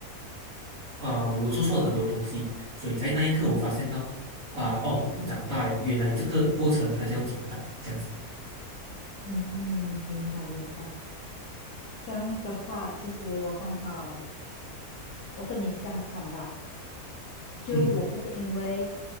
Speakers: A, on the right; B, on the left.
A: 啊、我做错了很多东西，所以在那一刻我发现到啊、哦，我长大了，原来这个过程它叫长大，这样子。
B: 嗯嗯，明白明白。这样的话，其实我刚好我跟你相反吧，就我不是因为，
A: 嗯